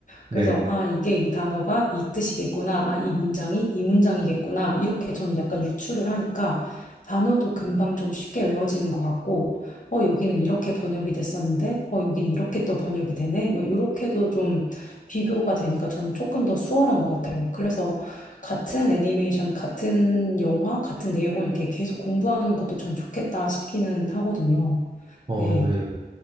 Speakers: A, on the right; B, on the left.
A: 네,
B: 그래서 아 이게 이 단어가 이 뜻이겠구나, 아 이 문장이 이 문장이겠구나 이렇게 저는 약간 유추를 하니까 단어도 금방 좀 쉽게 외워지는 것 같고 어 여기는 이렇게 번역이 됐었는데 어 여기는 이렇게 또 번역이 되네 뭐 이렇게도 좀 비교가 되니까 저는 조금 더 수월한 것 같아요. 그래서 같은 애니메이션, 같은 영화, 같은 내용을 이렇게 계속 공부하는 것도 전 좋겠다 싶기는 하거든요.
A: 어,
B: 네.
A: 네.